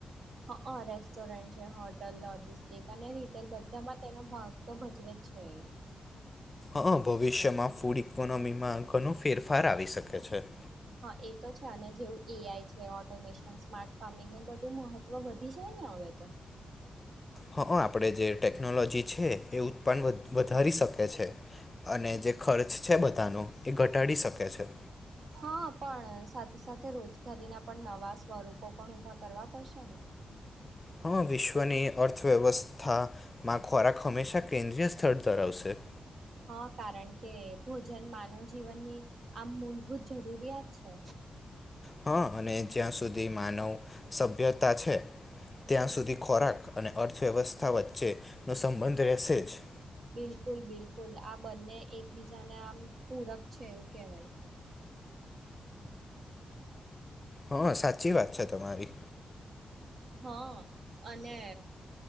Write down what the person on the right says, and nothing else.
હા રેસ્ટોરન્ટ છે હોટલ લોજિસ્ટિક અને રિટેલ બધામાં તેનો ભાગ તો ભજવે જ છે
હા એ તો છે અને જેવું એઆઈ છે ઓટોમેશન સ્માર્ટ ફાર્મિંગને બધું મહત્વ વધી જાય ને હવે તો
હા પણ સાથે સાથે રોજગારીના પણ નવા સ્વરૂપો પણ ઊભા કરવા પડશે ને
હા કારણ કે ભોજન માનવ જીવનની આમ મૂળભૂત જરૂરિયાત છે.
બિલકુલ બિલકુલ આ બંને એકબીજાને આમ પૂરક છે એવું કેહેવાય.
હા અને